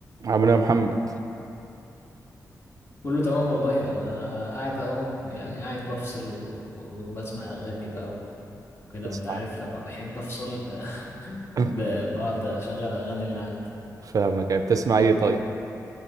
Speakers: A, on the right; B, on the left.
A: عامل ايه يا محمد
B: كله تمام والله انا قاعد اهو يعني قاعد بفصل و- وبسمع اغاني بقى وكده
A: تسمع
B: ما انت عارف لما بحب افصل <laughs>
A: <laughs>
B: ب- بقعد اشغل اغاني اللي عندي
A: فاهمك يعني بتسمع ايه طيب